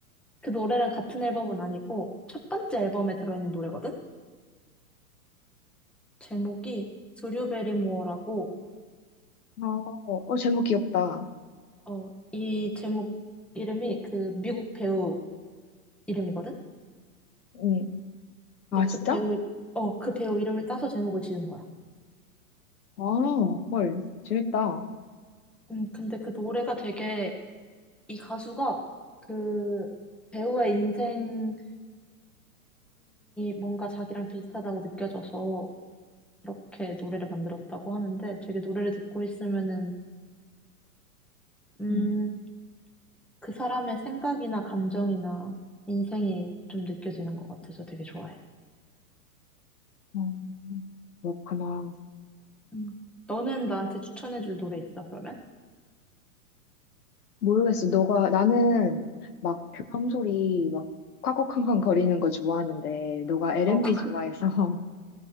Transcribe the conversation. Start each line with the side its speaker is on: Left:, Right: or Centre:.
Centre: 그 노래랑 같은 앨범은 아니고 첫 번째 앨범에 들어있는 노래거든? 제목이 드류 베리모어라고
Left: 어, 어, 제목 귀엽다.
Centre: 어, 이 제목 이름이 그 미국 배우 이름이거든?
Left: 응.
Centre: 근데
Left: 아,
Centre: 그
Left: 진짜?
Centre: 배우, 어, 그 배우 이름을 따서 제목을 지은 거야.
Left: 아, 헐. 재밌다.
Centre: 음, 근데 그 노래가 되게 이 가수가 그 배우의 인생이 뭔가 자기랑 비슷하다고 느껴져서 그렇게 노래를 만들었다고 하는데 되게 노래를 듣고 있으면은, 음,
Left: 음.
Centre: 그 사람의 생각이나 감정이나 인생이 좀 느껴지는 것 같아서 되게 좋아해.
Left: 어, 그렇구나.
Centre: 음. 너는 나한테 추천해줄 노래 있어, 그러면?
Left: 모르겠어. 너가, 나는 막 교감 소리 막 콱콱콱콱 거리는 거 좋아하는데, 너가 R&B
Centre: 어, 커-
Left: 좋아해서, <laughs>